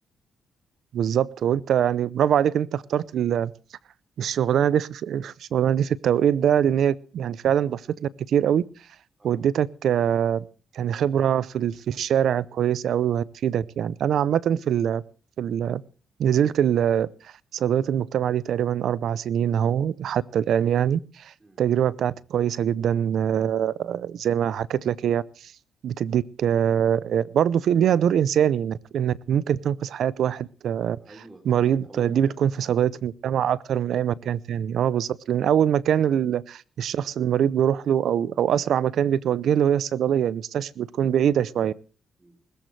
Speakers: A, on the right; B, on the right.
A: بالظبط وأنت يعني برافو عليك إن أنت اخترت ال- الشغلانة دي في في- الشغلانة دي في التوقيت ده لأن هي يعني فعلا ضافت لك كتير قوي
B: اه
A: واديتك آه، يعني خبرة في ال- في الشارع كويسة أوي وهتفيدك يعني أنا عامة في ال في ال نزلت ال- صيدلية المجتمع دي تقريبا أربع سنين أهو حتى الآن يعني
B: مم.
A: التجربة بتاعتي كويسة جدا آه، زي ما حكيت لك هي بتديك آه، برضو في ليها دور إنساني إنك إنك ممكن تنقذ حياة واحد آه،
B: ايوه طبعا
A: مريض
B: ده اول
A: دي
B: حاجة
A: بتكون
B: اه
A: في صيدلية المجتمع أكتر من أي مكان تاني أه بالظبط لأن أول مكان ال- الشخص المريض بيروح له أو أو أسرع مكان بيتوجه له هي الصيدلية المستشفى بتكون بعيدة شوية
B: مم.